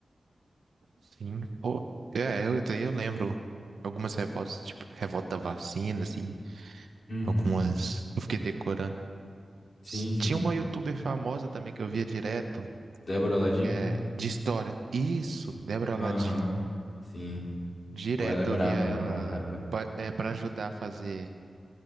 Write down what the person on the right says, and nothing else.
Sim, pô. É, eu, daí eu lembro algumas revoltas, tipo, revolta da vacina, assim,
algumas. Eu fiquei decorando.
S-
Tinha uma youtuber famosa também que eu via direto,
que é de história. Isso, Débora Aladim.
Direto
eu via ela
pa- é, pra ajudar a fazer,